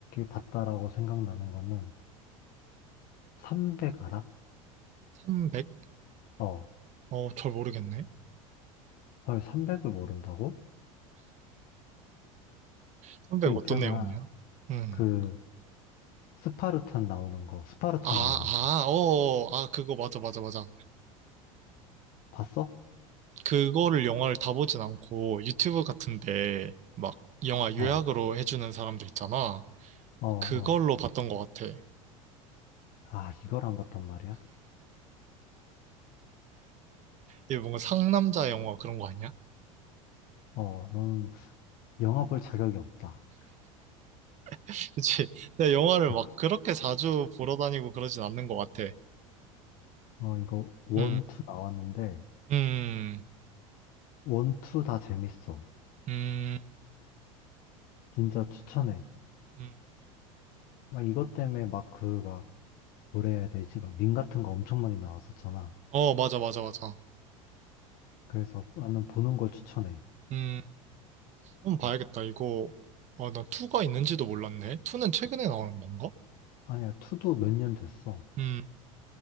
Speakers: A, on the left; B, on the right.
A: 봤다라고 생각나는 거는 300 알아?
B: 300?
A: 어,
B: 어, 잘 모르겠네.
A: 헐, 300을 모른다고?
B: 선배가
A: 그 있잖아.
B: 어떤 내용이야? 음.
A: 그 스파르탄 나오는 거, 스파르타
B: 아, 아,
A: 나오는 거.
B: 어, 어, 아, 그거 맞아, 맞아, 맞아.
A: 봤어?
B: 그거를 영화를 다 보진 않고 유튜브 같은데 막 영화 요약으로
A: 어,
B: 해주는 사람들 있잖아.
A: 어, 어.
B: 그걸로 봤던 것 같아.
A: 아, 이걸 안 봤단 말이야?
B: 이게 뭔가 상남자 영화 그런 거 아니야?
A: 어, 너는 영화 볼 자격이 없다.
B: <laughs> 그치? 내가 영화를
A: <laughs>
B: 막 그렇게 자주 보러 다니고 그러진 않는 것 같아.
A: 어, 이거 원투
B: 음,
A: 나왔는데
B: 음,
A: 원투 다 재밌어.
B: 음,
A: 진짜 추천해.
B: 음.
A: 막 이것 때문에 막 그 막 뭐라 해야 되지? 막 밈 같은 거 엄청 많이 나왔었잖아.
B: 어, 맞아, 맞아, 맞아.
A: 그래서 나는 보는 걸 추천해.
B: 음, 한번 봐야겠다. 이거, 아, 난 2가 있는지도 몰랐네. 2는 최근에 나오는 건가?
A: 아니야, 투도 몇 년 됐어.
B: 음,